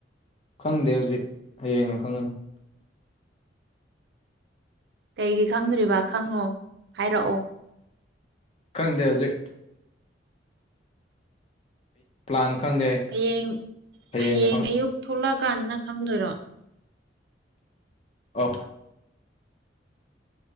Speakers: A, on the left; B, on the right.
A: ꯈꯪꯗꯦ ꯍꯧꯖꯤꯛ ꯍꯌꯦꯡꯅ ꯈꯪꯉꯅꯤ
B: ꯀꯩꯒꯤ ꯈꯪꯗ꯭ꯔꯤꯕ ꯈꯪꯉꯣ ꯍꯥꯏꯔꯛꯑꯣ
A: ꯈꯪꯗꯦ ꯍꯧꯖꯤꯛ ꯄ꯭ꯂꯥꯟ ꯈꯪꯗꯦ
B: ꯍꯌꯦꯡ
A: ꯍꯌꯦꯡꯅ
B: ꯍꯌꯦꯡ
A: ꯈꯪ
B: ꯑꯌꯨꯛ ꯊꯣꯛꯂꯥꯑꯀꯥꯟꯗꯅ ꯈꯪꯗꯣꯏꯔꯣ
A: ꯑꯧ